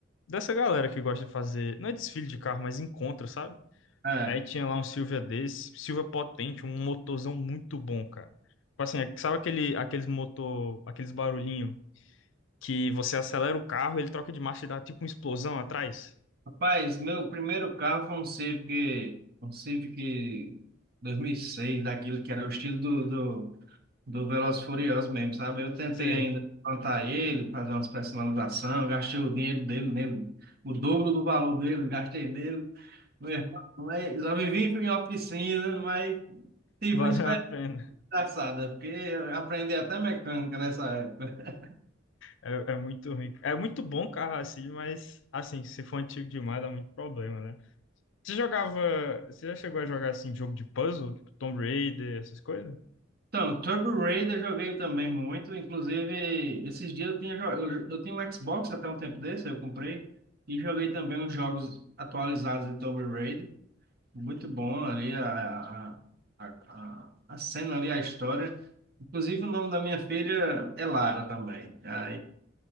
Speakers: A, on the left; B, on the right.
A: dessa galera que gosta de fazer, não é desfile de carro, mas encontro, sabe?
B: É.
A: Aí tinha lá um Silvia desse, Silvia potente, um motorzão muito bom, cara. Tipo assim, é- sabe aquele, aqueles motor, aqueles barulhinho que você acelera o carro, ele troca de marcha e dá tipo uma explosão atrás?
B: Rapaz, meu primeiro carro foi um Civic, um Civic 2006, daquele que era o estilo do, do, do Velozes e Furiosos mesmo, sabe? Eu tentei
A: Sei,
B: ainda plantar ele, fazer umas personalizações, gastei o dinheiro dele nele, o dobro do valor dele, gastei nele. Meu irmão, mas já vivi em oficina, mas
A: <laughs>
B: tive
A: vale
B: uma experiência
A: a pena.
B: engraçada, porque eu aprendi até mecânica nessa época.
A: É, é muito rico. É muito bom carro assim, mas assim, se for antigo demais dá muito problema, né? Você jogava, você já chegou a jogar assim jogo de puzzle, tipo Tomb Raider, essas coisas?
B: Então, Turbo Raider eu joguei também muito. Inclusive, esses dias eu tinha, jo- eu, jo- eu tinha um Xbox até um tempo desse, eu comprei. E joguei também os jogos atualizados de Turbo Raider. Muito bom ali a, a, a, a a cena ali, a história. Inclusive, o nome da minha filha é Lara também. Aí,